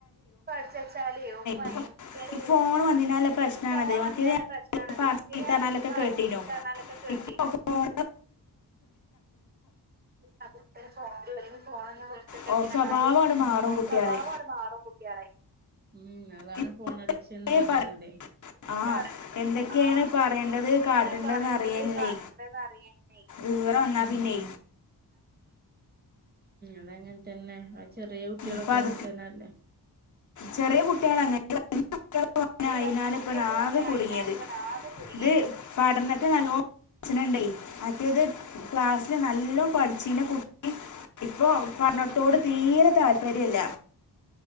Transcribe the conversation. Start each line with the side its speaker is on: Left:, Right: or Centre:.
Right: പറിച്ച് വച്ചാലോ ഓൾക്ക് ഭയങ്കര
Left: ഇപ്പൊ ഈ ഫോൺ വന്നതിനാലുള്ള പ്രശ്നമാണത്
Right: ഈ ഫോൺ
Left: മറ്റേത്
Right: വന്നതിനാല
Left: ഞാൻ
Right: പ്രശ്നണത്
Left: പറഞ്ഞ
Right: മറ്റേത്
Left: ചീത്ത
Right: ഞാൻ
Left: പറഞ്ഞാലൊക്കെ
Right: എന്തേലും പറഞ്ഞാലൊക്കെ
Left: കേട്ടീനു
Right: കേട്ടീനോ
Left: ഇപ്പോൾ ഫോൺ
Right: പകുതി നേരം ഫോണിലാണ് പിന്നെ ഫോണിലൊക്കെ വിളിച്ചിട്ടൊക്കെയാണ്
Left: ഫോൺ സ്വഭാവം അങ്ങട് മാറും കുട്ടികളെ
Right: സ്വഭാവം അങ്ങട് മാറും കു ട്ടികളെ ഉം അതാണ്
Left: ഈ
Right: ഫോൺ അഡിക്ഷൻ എന്ന്
Left: ഏ
Right: പറയുന്നതെ
Left: പറ ആ
Right: അതാണ്
Left: എന്തൊക്കെയാണ്
Right: ആ
Left: പറയേണ്ടത്
Right: എന്തൊക്കെയാണ്
Left: കാട്ടേണ്ടതെന്ന്
Right: പറയേണ്ടത്
Left: അറിയാനില്ലേ
Right: കട്ടേണ്ടത് എന്ന് അറിയേണ്ടെ
Left: ഇവിടെ വന്നാ
Right: ഉം
Left: പിന്നെ
Right: അതങ്ങന തന്നെ ആ ചെറിയ കുട്ടികളൊക്കെ
Left: ഇപ്പൊ അത്
Right: അങ്ങനതന്നല്ലേ
Left: ചെറിയ കുട്ടികളങ്ങനെ തിനാൽ ഇപ്പൊ അതിനാലെ
Right: ഈ വല്യ കുട്ടികളും
Left: ആകെ
Right: അങ്ങനെ
Left: കുടുങ്ങിയത്
Right: അയിനാലിപ്പണ് ആകെ കുടുങ്ങിയത്
Left: ഇത് പഠനത്തിനല്ലോ അച്ഛനുണ്ട് മറ്റേതു ക്ലാസ്സില് നല്ല പഠിച്ചീന കു ഇപ്പൊ പറഞ്ഞിട്ട് കൂടെ തീരെ താല്പര്യല്ല